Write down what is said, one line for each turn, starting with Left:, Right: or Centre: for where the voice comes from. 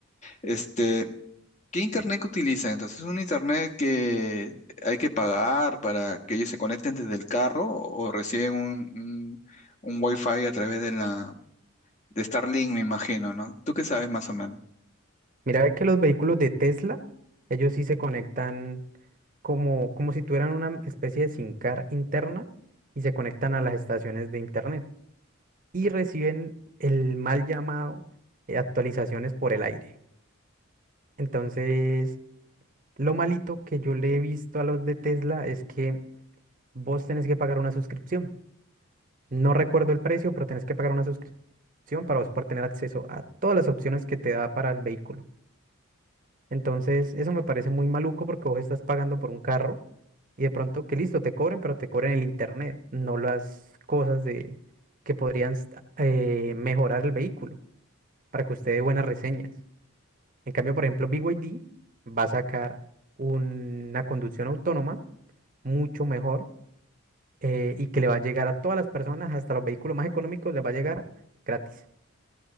Left: Este, ¿Qué internet que utilizan? Entonces, ¿es un internet que hay que pagar para que ellos se conecten desde el carro o reciben un, un, un Wi-Fi a través de la de Starlink, me imagino, ¿no? ¿Tú qué sabes más o menos?
Right: Mira ve que los vehículos de Tesla, ellos sí se conectan como, como si tuvieran una especie de SIM card interna y se conectan a las estaciones de internet y reciben el mal llamado eh, actualizaciones por el aire. Entonces, lo malito que yo le he visto a los de Tesla es que vos tenés que pagar una suscripción. No recuerdo el precio, pero tenés que pagar una suscripción para vos poder tener acceso a todas las opciones que te da para el vehículo. Entonces, eso me parece muy maluco porque vos estás pagando por un carro y de pronto que listo, te cobren, pero te cobren el internet, no las cosas de que podrían s- eh, mejorar el vehículo para que usted dé buenas reseñas. En cambio, por ejemplo, BYD va a sacar una conducción autónoma mucho mejor eh, y que le va a llegar a todas las personas, hasta los vehículos más económicos, les va a llegar gratis,